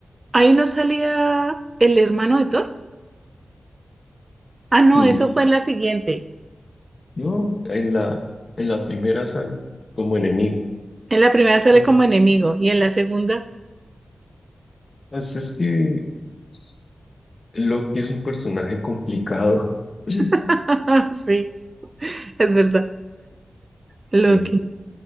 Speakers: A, on the right; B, on the left.
A: Ahí no salía el hermano de Thor. Ah, no,
B: Y
A: eso fue en la siguiente.
B: yo en la, en la primera sal como enemigo.
A: En la primera sale
B: Bueno,
A: como enemigo
B: pues
A: y en la segunda.
B: pues es que es- Loki es un personaje complicado. <clears throat> <laughs> Sí.
A: <laughs> Sí, es verdad. Lo
B: Sí.
A: que,